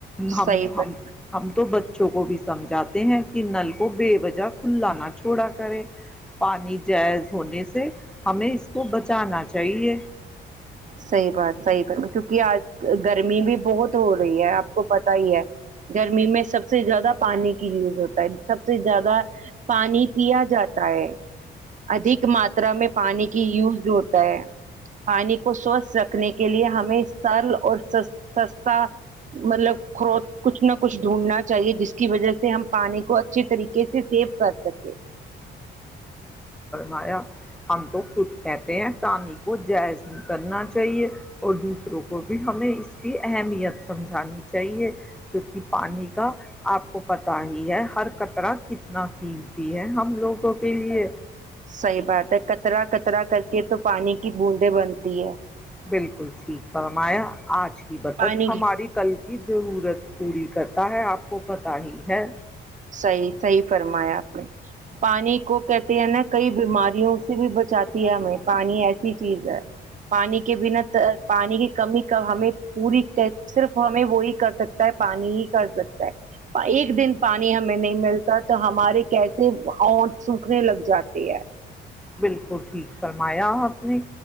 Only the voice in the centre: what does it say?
ہم
ہم ہم تو بچوں کو سمجھاتے ہیں کہ نل کو بے وجہ کھلا نہ چھوڑا کرے پانی جائز ہونے سے سے ہمیں اس کو بچانا چاہیے
آایا <unintelligible> ہم تو خود کہتے ہیں پانی کو جائز نہیں کرنا چاہیے اور دوسروں کو بھی ہمیں اس کی اہمیت سمجھانی چاہیے کیونکہ پانی کا آپ کو پتا ہی ہے ہر کترا کتنا قیمتی ہے ہم لوگوں کے لیے
بالکل ٹھیک فمایا آج کی بدت
ہماری کل کی ضرورت پوری کرتا ہے آپ کو پتا ہی ہے
وجہ
سے
بالکل ٹھیک سرلمان آیا اپنی